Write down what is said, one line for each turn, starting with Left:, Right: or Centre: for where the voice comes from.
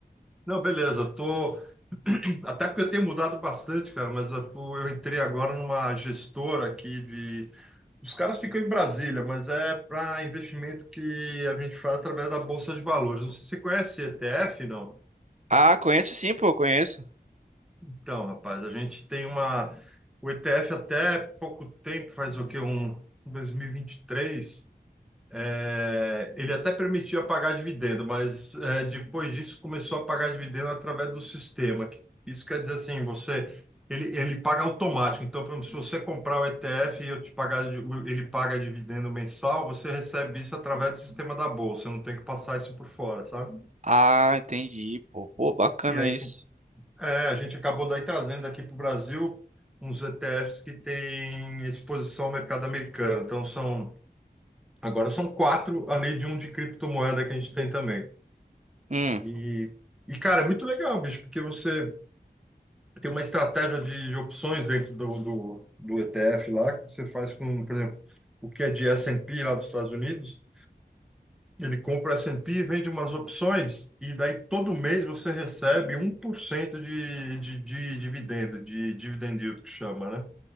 Centre: Não, beleza. Tô... Até porque eu tenho mudado bastante, cara, mas eu, tô- eu entrei agora numa gestora aqui de... Os caras ficam em Brasília, mas é para investimento que a gente faz através da Bolsa de Valores. Não sei se você conhece ETF, não?
Right: Ah, conheço sim, pô, conheço.
Centre: Então, rapaz, a gente tem uma... O ETF até pouco tempo, faz o quê? Um dois mil e e vinte e três. É, ele até permitia pagar dividendo, mas é, depois disso começou a pagar dividendo através do sistema. Isso quer dizer assim, você ele, ele paga automático. Então, por exemplo, se você comprar o ETF e eu te pagar, ele paga dividendo mensal, você recebe isso através do sistema da bolsa. Eu não tem que passar isso por fora, sabe?
Right: Ah, entendi, pô. Pô, bacana
Centre: E aí
Right: isso.
Centre: é, a gente acabou daí trazendo aqui para o Brasil uns ETFs que têm exposição ao mercado americano. Então são agora são quatro, além de um de criptomoeda que a gente tem também.
Right: Hum.
Centre: E, e, cara, é muito legal, bicho, porque você tem uma estratégia de opções dentro do, do, do ETF lá, que você faz com, por exemplo, o que é de S&P lá dos Estados Unidos, ele compra S&P e P e vende umas opções, e daí todo mês você recebe um 1% de, de, de dividendo, de dividend yield que chama, né?